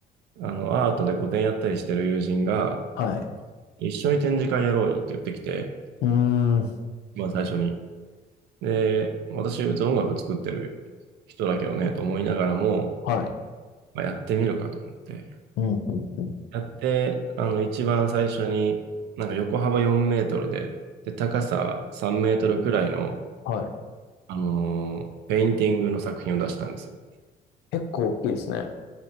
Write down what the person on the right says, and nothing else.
あ、あの、アートで個展やったりしてる友人が、
一緒に展示会やろうよって言ってきて、
まあ最初に。で、私、別に音楽作ってる人だけどね、と思いながらも、
まあ、やってみるかと思って。
やって、あの、一番最初に、なんか横幅4メートルで、で、高さ3メートルくらいの、
あのーペインティングの作品を出したんですよ。